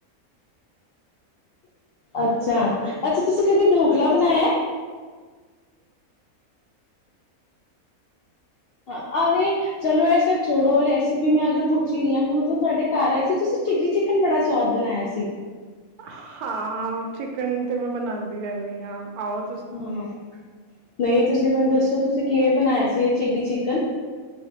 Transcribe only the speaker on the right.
ਹਾਂ ਚਿੱਕਨ ਤੇ ਮੈਂ ਬਣਾਂਦੀ ਰੈਂਦੀ ਆਂ ਆਉ।